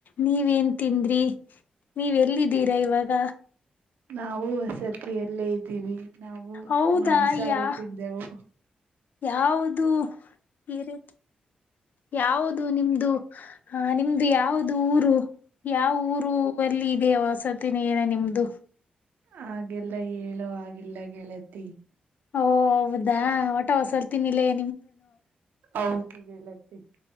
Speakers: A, on the left (about 65°); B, on the right (about 85°).
A: ನೀವೇನ್ ತಿಂದ್ರಿ ನೀವ ಎಲ್ಲಿದ್ದೀರಾ ಇವಾಗ
B: ನಾವು ವಸತಿ ಅಲ್ಲೇ ಇದ್ದೀವಿ. ನಾವು
A: ಹೌದಾ
B: ಮಾಂಸಹಾರಿ
A: ಯಾ
B: ತಿಂದೆವು.
A: ಯಾವುದು ಏರಿ ಯಾವುದು ನಿಮ್ದು? <unintelligible> ಹಾ ನಿಮ್ದು ಯಾವ್ದ ಊರು? <unintelligible> ಯಾವ ಊರು ವಲ್ಲಿ ಇದೆ ಅವ ವಸತಿ ನಿಲಯ ನಿಮ್ದು? <unintelligible>
B: ಹಾಗೆಲ್ಲ ಹೇಳು ಆಗಲ್ಲ ಗೆಳತಿ
A: ಓ ಹೌದಾ ಟ ಹೊಸತಿ ನಿಲಯ
B: ಹೌದು ಗೆಳತಿ